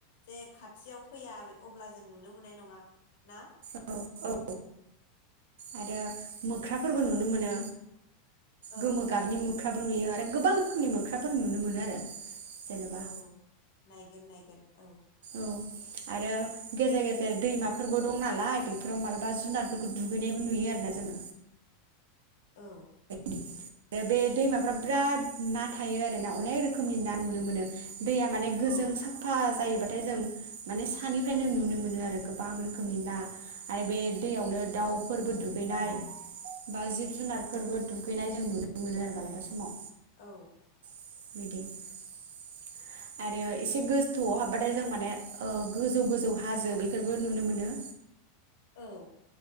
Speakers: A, on the left (about 70°); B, on the right (about 80°).
A: जे खाथियाव फैया अब्ला जों नुनो मोननाय नङा ना?
B: औ औ आरो मोख्राफोरबो नुनो मोनो। गोमो
A: औ
B: गाबनि मो ख्राबो नुयो आरो गोबां रोखोमनि मोख्राफोर नुनो मोनो आरो। जेनेबा
A: औ नाय <unintelligible> नायगोन औ
B: औ आरो गेजेर गेजेर दैमाफोरबो दं नालाय बेफोराव मालाबा जुनारफोरखौ दुगैनायबो नुयो आरोना जोङो
A: औ
B: आरो बे दैमाफ्रा बिराद ना थायो आरो ना अनेक रोखोमनि ना नुनो मोनो दैया माने गोजों
A: औ
B: साफा जायोबा नाथाय जों माने सानिफ्रायनो नुनो मोनो आरो गोबां रोखोमनि ना आरो बे दैयावनो दाउफोरबो दुगैनाय बा जिब जुनार फोरबो दुगैनाय जों नुनो मोनो आरो मालाबा समाव
A: औ
B: <unintelligible> आरो एसे गोज थौआव हाबबाथाय जों माने गोजौ गोजौ हाजो बेफोरबो नुनो मोनो
A: औ